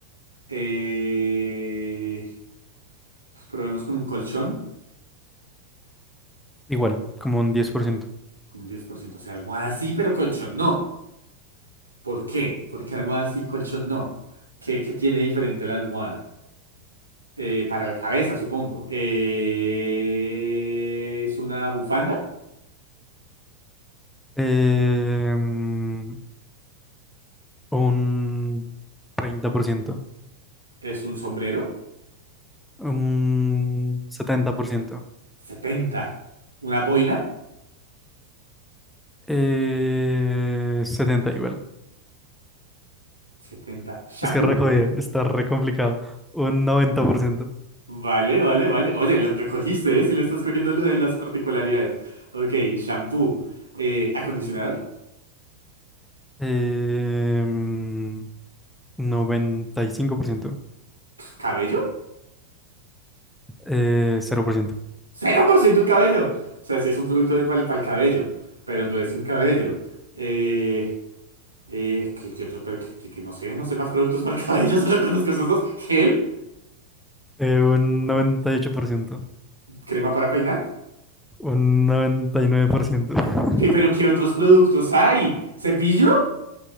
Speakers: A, on the right; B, in the centre.
A: Eh, pues probemos con un colchón,
B: Igual, como un diez por ciento
A: con un diez por ciento o sea, almohada sí, pero colchón no. ¿Por qué? Porque almohada sí, colchón no. ¿Qué, qué tiene diferente la almohada? Eh, para la cabeza, supongo. Eh, ¿es una bufanda?
B: Em, un 30%,
A: ¿Es un sombrero?
B: un 70%,
A: setenta ¿Una boina?
B: eh, setenta igual.
A: setenta ¿Shampoo?
B: Es que re jodido, está re complicado. Un 90%,
A: Vale, vale, vale. Oye, lo, lo cogiste, ¿eh? Si le estás cogiendo lo de las particularidades. Ok, shampoo. Eh, ¿acondicionador?
B: em, 95%,
A: Pf, ¿Cabello?
B: eh, 0%,
A: ¡cero por ciento cabello. O sea, sí es un producto de, para el cabello, pero no es un cabello. Eh, eh, ¿qué, qué otro? Pero que, que- que no sé, no sé más productos para el cabello, <laughs> solo conozco esos dos. ¿Gel?
B: eh, un noventa y ocho por ciento,
A: ¿Crema para peinar?
B: un noventa y nueve por ciento, <laughs>
A: ¿Qué, pero qué otros productos hay? ¿Cepillo?